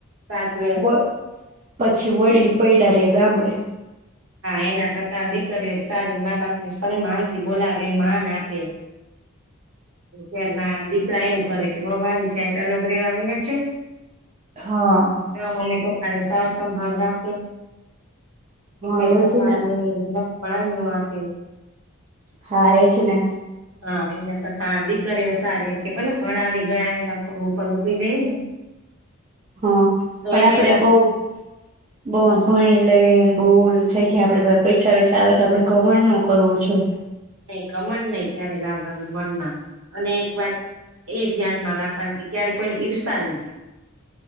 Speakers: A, on the right; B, on the right.
A: સાચવે.
B: વ પછી વડીલ પૈડારે ગામડે.
A: હા એના કરતા દીકરીઓ સારી મા બાપને સન્માન થી બોલાવે માન આપે અત્યાર ના દીકરા એવું કરે કે વવુ આવી જાય એટલે અલગ રેવા વયા છે.
B: હા
A: ના મમ્મી પપ્પા ની સાર સંભાળ રાખે.
B: હા
A: એકેય
B: એ
A: પ્રકારની
B: જ ને
A: નહીં પાણી નો આપે.
B: હા એજ ને.
A: હા એના તો ત દીકરીઓ સારી એમ કે ભલે ભણાવી ગણાવીને ઉપર ઉભી રહી ને.
B: હ
A: તો
B: પણ
A: એને
B: આપડે
A: એના
B: બહું બહું ભણી લઈ. બઉુ ઓલું થાય છે આપડે પૈસા વૈસા આવે તો આપડે ઘમણ નો કરવો જોએ.
A: કાંઈ ધમંડ નહી જ્યારે લાવવાનું મનમાં અને એક વાત એ ધ્યાનમાં રાખવાની કે ક્યારે કોઈ ઈર્ષા નહી થાય.